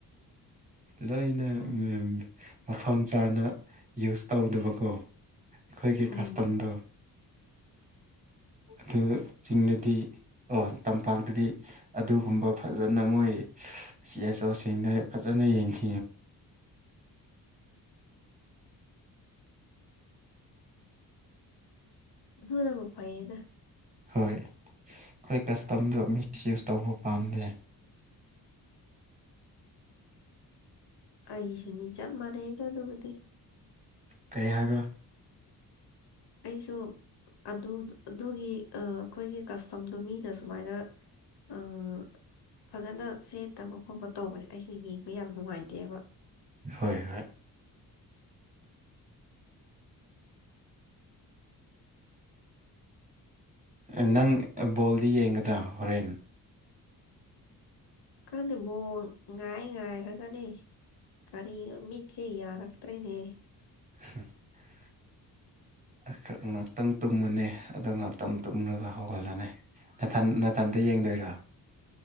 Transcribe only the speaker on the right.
ꯂꯣꯏꯅ
ꯎꯝ ꯃꯐꯝ ꯆꯥꯅ ꯌꯨꯁ ꯇꯧꯗꯕꯀꯣ ꯑꯩꯈꯣꯏꯒꯤ
ꯀꯁꯇꯝꯗꯣ
ꯑꯗꯨꯒ ꯆꯤꯡꯗꯗꯤ ꯑꯣ ꯇꯝꯄꯥꯛꯇꯗꯤ ꯑꯗꯨꯒꯨꯝꯕ ꯐꯖꯅ ꯃꯣꯏ ꯁꯤ ꯑꯆ ꯑꯣ <unintelligible> ꯐꯖꯅ ꯌꯦꯡ <unintelligible>
ꯍꯣꯏ ꯑꯩꯈꯣꯏ ꯀꯁꯇꯝꯗꯣ ꯃꯤꯁ ꯌꯨꯁ ꯇꯧꯕ ꯄꯥꯝꯗꯦ
ꯀꯩ ꯍꯥꯏꯕ
ꯍꯣꯏ ꯍꯣꯏ ꯑ ꯅꯪ ꯕꯣꯜꯗꯤ ꯌꯦꯡꯒꯗ꯭ꯔꯥ ꯍꯣꯔꯦꯟ
<unintelligible> ꯈꯔ ꯉꯥꯛꯇꯪ ꯇꯨꯝꯃꯨꯅꯦ ꯑꯗꯣ ꯉꯥꯛꯇꯪ ꯇꯨꯝꯂꯒ ꯍꯧꯒꯠꯂꯣꯅꯦ ꯅꯊꯟ ꯅꯊꯟꯇ ꯌꯦꯡꯗꯨꯏꯔꯣ